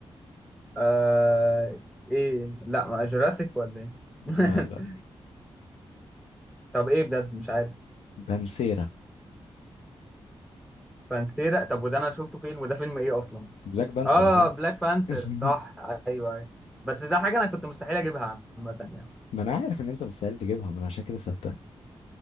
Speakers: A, in the centre; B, on the left.
A: آه ايه لا ما جوراسيك ولا ايه <laughs>
B: لا لا
A: طب ايه بجد مش عارف
B: بانسيرا
A: بانثيرا طب وده انا شفته فين وده فيلم ايه اصلا
B: بلاك بانسيرا
A: اه
B: صاحبي
A: بلاك بانثر
B: <laughs>
A: صح ايوه ايوه بس ده حاجه انا كنت مستحيل اجيبها عامه يعني
B: ما انا عارف ان انت مستحيل تجيبها ما انا عشان كده سبتها